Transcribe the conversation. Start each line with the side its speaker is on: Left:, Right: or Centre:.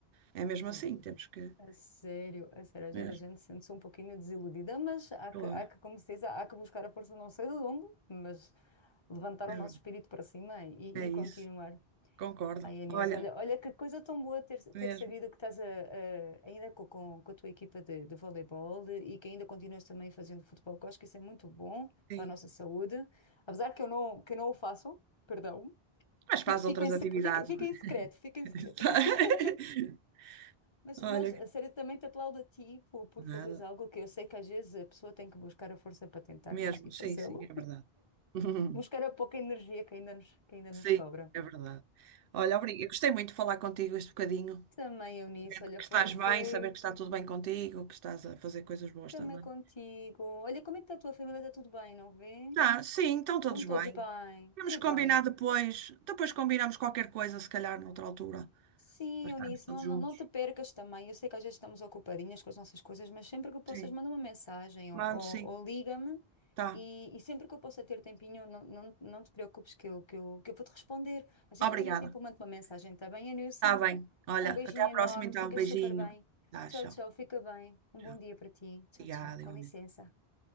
Right: é mesmo
Left: Completamente.
Right: assim, temos que.
Left: A sério, a sério. Às
Right: Mesmo,
Left: vezes a gente sente-se um pouquinho desiludida, mas há
Right: claro.
Left: que, há que, como se diz, há que buscar a força não sei de onde, mas levantar
Right: É
Left: o
Right: verdade.
Left: nosso espírito para cima e,
Right: É
Left: e
Right: isso.
Left: continuar.
Right: Concordo.
Left: Ai, Inês,
Right: Olha,
Left: olha, olha que coisa tão boa ter,
Right: mesmo.
Left: ter sabido que estás a, a- ainda co- com, com a tua equipa de, de voleibol e que ainda continuas também fazendo futebol, que eu acho que isso é muito bom
Right: Sim.
Left: para a nossa saúde. Apesar que eu não, que eu não o faço, perdão,
Right: Mas faz
Left: Fi- fico
Right: outras
Left: em, sec-
Right: atividades.
Left: fica, fica
Right: não
Left: em
Right: é? <laughs>
Left: secreto, fica em secreto. <laughs> Mas,
Right: Olha,
Left: mas a sério, também te aplaudo a ti por, por
Right: nada.
Left: fazeres algo que eu sei que às vezes a pessoa tem que buscar a força para tentar
Right: Mesmo,
Left: conseguir
Right: sim,
Left: fazê-lo,
Right: sim, é verdade. <laughs>
Left: buscar a pouca energia que ainda nos, que ainda
Right: Sim,
Left: nos sobra.
Right: é verdade. Olha, obrigada. Eu Gostei muito de falar contigo este bocadinho.
Left: Também eu nisso,
Right: Saber
Left: olha,
Right: Que
Left: foi,
Right: estás
Left: foi.
Right: bem, saber que está tudo bem contigo, que estás a fazer coisas boas
Left: Também
Right: também.
Left: contigo. Olha, como é que está a tua família? Está tudo bem, não vê?
Right: Tá, sim, estão todos
Left: Estão
Right: bem.
Left: todos bem.
Right: Temos
Left: Que
Right: que
Left: bem.
Right: combinar depois. Depois combinamos qualquer coisa, se calhar, noutra altura,
Left: Sim,
Right: para estarmos
Left: Eunice,
Right: todos
Left: não,
Right: juntos.
Left: não, não te percas também. Eu sei que às vezes estamos ocupadinhas com as nossas coisas, mas sempre que possas,
Right: Sim,
Left: manda uma mensagem
Right: mando
Left: ou, ou-
Right: sim.
Left: ou liga-me.
Right: Tá.
Left: E, e sempre que eu possa ter tempinho, não, não, não te preocupes que eu, que eu, que eu vou-te responder. Assim
Right: Obrigada.
Left: que eu tenha tempo, eu mando uma mensagem, está bem, Eunice?
Right: Tá bem. Olha,
Left: Um beijinho
Right: até à
Left: enorme,
Right: próxima então.
Left: ficas
Right: Beijinho.
Left: super bem.
Right: Tá,
Left: Tchau,
Right: tchau.
Left: tchau, fica bem. Um bom
Right: Já.
Left: dia para ti. Tchau,
Right: Obrigada,
Left: tchau. Com
Right: igualmente.
Left: licença.